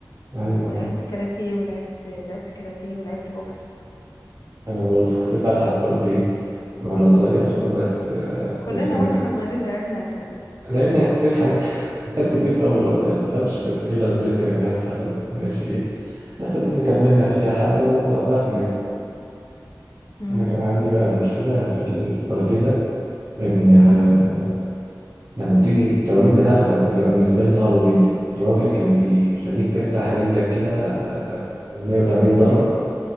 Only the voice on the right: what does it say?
أيوة
أنا برضه كنت بلعب برضه دي وأنا صغير
بس آه،
اسمه
إيه ده؟
لعبنا كتير حاجات <laughs> حاجات كتير أوي والله ما تفهمش كانت إيه لازمتها يعني هستفاد ماشي إيه بس دي كملنا فيها حبة ووقفنا يعني.
أنا كان عندي بقى المشكلة في الكاراتيه ده إن
آه، لما تيجي التمارين بتاعته كانت بتبقى بالنسبة لي صعبة جدا الراجل كان بيخليك تفتح رجلك كده آه، 180 درجة